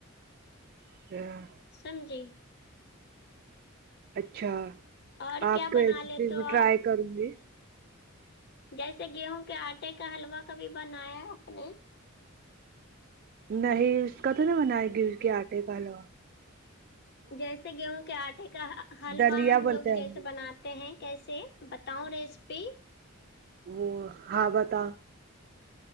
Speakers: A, on the right; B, on the left.
A: <unintelligible>
B: سمجھی
A: اچھا
B: اور کیا
A: آپ کیسی
B: بنا لیتے ہو آپ
A: ٹرائی کروں گے
B: جیسے گیہوں کے آٹے کا حلوہ کبھی بنایا اپ نے
A: نہیں اس کا تو نہیں بنائے گی اس کے آٹے کا حلوہ
B: جیسے گیہوں کے آٹے کا حلوہ
A: دلیا
B: ہم
A: بولتے
B: لوگ
A: ہیں
B: جیسے بنات تے ہیں کیسے بتاؤں ریسپی
A: وہ ہاں بتاؤ